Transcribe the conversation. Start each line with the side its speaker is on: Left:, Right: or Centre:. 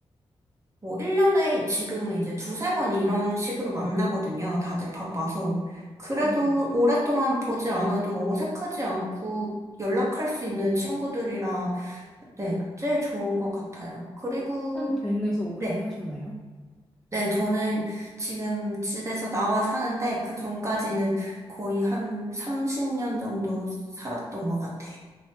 Right: 뭐, 1년에 지금은 이제 두세 번 이런 식으로 만나거든요. 다들 바빠서. 그래도
Centre: 네.
Right: 오랫동안 보지 않아도 어색하지 않고 연락할 수 있는 친구들이라, 네, 제일 좋은 것 같아요. 그리고,
Centre: 한 동네에서 오래
Right: 네.
Centre: 사셨나요?
Right: 네, 저는 지금 집에서 나와 사는데 그 전까지는 거의 한 30년 정도 살았던 것 같아요.